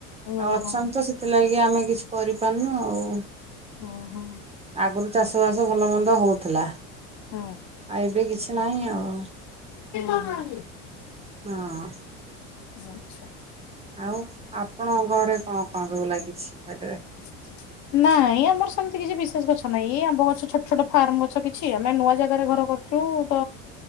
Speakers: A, on the left; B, on the right.
A: ଓହୋ
B: ଆଉ ଅଛନ୍ତି ତ ସେଥିଲାଗି ଆମେ କିଛି କରିପାରୁନୁ ଆଉ।
A: ଓହୋ।
B: ଆଗରୁ ଚାଷ ବାସ ଭଲ ମନ୍ଦ ହଉ ଥିଲା।
A: ହୁଁ
B: ଆଉ ଏବେ କିଛି ନାହିଁ ଆଉ।
A: ଆଚ୍ଛା
B: ହଁ।
A: ଆଛା।
B: ଆଉ ଆପଣଙ୍କ ଘରେ କଣ କଣ ସବୁ ଲାଗିଛି ବାଡିରେ?
A: <inaudible> ନାଇଁ ଆମର ସେମିତି କିଛି ବିଶେଷ ଗଛ ନାଇଁ ଆମ୍ବ ଗଛ ଛୋଟ ଛୋଟ ଫାର୍ମ ଗଛ କିଛି ଆମେ ନୂଆ ଜାଗାରେ ଘର କରୁଛୁ ଚୁ ତ